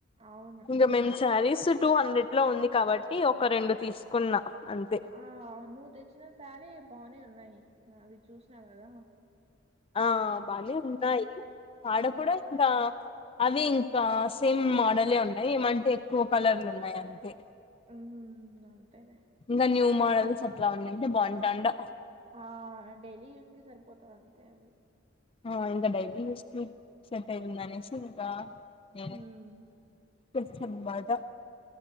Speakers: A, on the right; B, on the left.
A: అవును
B: ఇంక మేము శారీస్ టూ హండ్రెడ్ లో ఉంది కాబట్టి ఒక రెండు తీసుకున్నా అంతే
A: ఆ నువ్వు తెచ్చిన సారీ బానే ఉన్నాయి అవి చూసినా కదా
B: ఆ బానే ఉన్నాయి ఆడ
A: ఆ
B: కూడా ఇంకా అవి ఇంకా సేమ్ మోడలే ఉన్నాయి ఏమంటే ఎక్కువ కలర్లు ఉన్నాయి అంతే
A: ఉ అంతేలే
B: ఇంకా న్యూ మోడల్స్ అట్లా ఉన్నాంటే బోటటాండా
A: ఆ డైలీ యూస్ కి సరిపోతాయీ అంతే అవి
B: ఆ ఇంకా డైలీ ఉస్ కి సెట్ అయిందానేసేందికా ఉ
A: ఉమ్
B: కుంచబడా